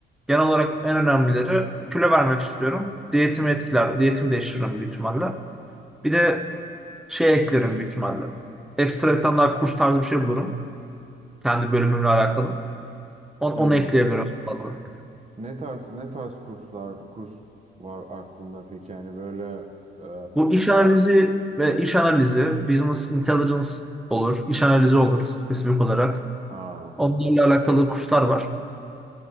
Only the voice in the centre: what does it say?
genel olarak en önemlileri. Kilo vermek istiyorum. Diyetimi etkiler. Diyetimi değiştiririm büyük ihtimalle. Bir de şey eklerim büyük ihtimalle. Ekstra bir tane daha kurs tarzı bir şey bulurum. Kendi bölümümle alakalı. Onu,
onu ekleyebilirim fazla.
Bu iş analizi ve iş analizi, business intelligence olur. iş analizi olur spesifik olarak.
Onlarla alakalı kurslar var.